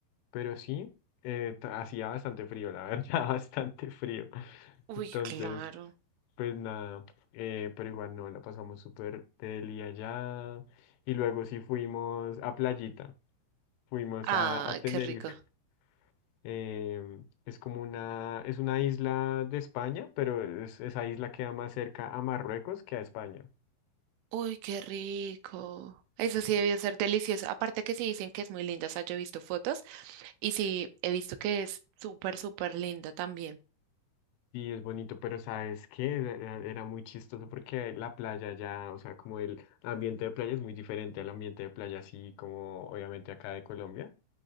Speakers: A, on the left (about 85°); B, on the right (about 85°).
A: pero sí, eh, ta- hacía bastante frío, la verdad, <laughs> bastante frío.
B: Uy,
A: Entonces,
B: claro.
A: pues nada, eh, pero igual no, la pasamos súper deli allá. Y luego sí fuimos a Playita. Fuimos
B: Ah,
A: a, a Tenerife.
B: qué rico.
A: em, es como una, es una isla de España, pero es- esa isla queda más cerca a Marruecos que a España.
B: Uy, qué rico. Eso sí debió ser delicioso. Aparte que sí dicen que es muy linda. O sea, yo he visto fotos y sí he visto que es súper, súper linda también.
A: sí es bonito, pero ¿sabes qué? Era, era muy chistoso porque la playa ya, o sea, como el ambiente de playa es muy diferente al ambiente de playa así como obviamente acá de Colombia,